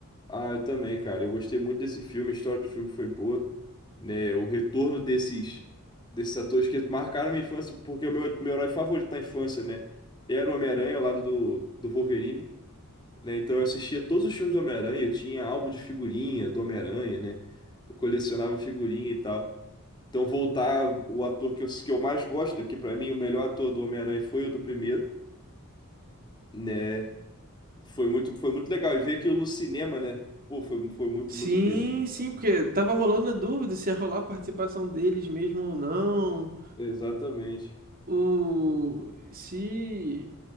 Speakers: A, on the left (about 20°); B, on the right (about 40°).
A: Ah, eu também, cara. Eu gostei muito desse filme, a história do filme foi boa, né? O retorno desses desses atores que marcaram minha infância, porque o meu, meu herói favorito na infância, né? Era o Homem-Aranha ao lado do, do Wolverine, né? Então eu assistia todos os filmes do Homem-Aranha, eu tinha álbum de figurinha do Homem-Aranha, né? Eu colecionava figurinha e tal. Então voltar o ator que eu, que eu mais gosto, que pra mim o melhor ator do Homem-Aranha foi o do primeiro, né? Foi muito, foi muito legal. E ver aquilo no cinema, né? Pô, foi, foi muito,
B: Sim,
A: muito incrível.
B: sim, porque tava rolando a dúvida se ia rolar a participação deles mesmo ou não,
A: Exatamente.
B: o se